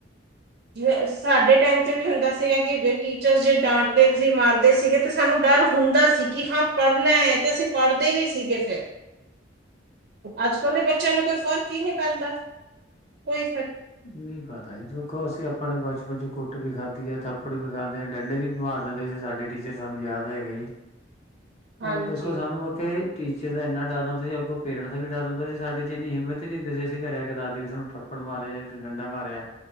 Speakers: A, on the right; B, on the left.
A: ਜਿਵੇਂ ਸਾਡੇ ਟਾਈਮ ਤੇ ਵੀ ਹੁੰਦਾ ਸੀਗਾ ਕਿ ਟੀਚਰ ਜੇ ਡਾਂਟਦੇ ਸੀ ਮਾਰਦੇ ਸੀਗੇ ਤਾਂ ਸਾਨੂੰ ਡਰ ਹੁੰਦਾ ਸੀ, ਕਿ ਹਾਂ ਪੜ੍ਹਨਾ ਹੈ ਤੇ ਅਸੀਂ ਪੜ੍ਹਦੇ ਵੀ ਸੀਗੇ ਫਿਰ, ਅੱਜ ਕੱਲ ਦੇ ਬੱਚਿਆਂ ਨੂੰ ਕੋਈ ਫ਼ਰਕ ਹੀ ਨੀ, ਸਕਦਾ ਕੋਈ,
B: ਨਹੀਂ ਪਤਾ ਇਹ ਵਖੋ ਅਸੀਂ, ਆਪਣੇ ਬਚਪਨ ਚ ਕੁੱਟ ਵੀ ਖਾਧੀ ਹੈ ਥੱਪੜ ਵੀ ਖਾਦੇ ਆ ਡੰਡੇ ਵੀ ਮਾਰ ਦਿੰਦੇ ਸੀ ਸਾਡੇ ਟੀਚਰ ਸਾਨੂੰ ਯਾਦ ਹੈਗਾ ਜੀ।
A: ਹਾਂਜੀ
B: ਹੋਰ ਦੇਖੋ ਸਾਨੂੰ ਮ ਟੀਚਰ ਦਾ ਇੰਨਾ ਡਰ ਹੁੰਦਾ ਸੀ ਅੱਗੋਂ ਪੇਰੈਂਟਸ ਦਾ ਡਰ ਹੁੰਦਾ ਸੀ ਸਾਡੇ ਚ ਇੰਨੀ ਹਿੰਮਤ ਨਹੀਂ ਹੁੰਦੀ ਸੀ ਅਸੀਂ ਘਰੇ ਆ ਕਿ ਦੱਸ ਦਈਏ ਵੀ ਸਾਨੂੰ ਥੱਪੜ ਮਾਰਿਆ ਜਾਏ ਡੰਡਾ ਮਾਰਿਆ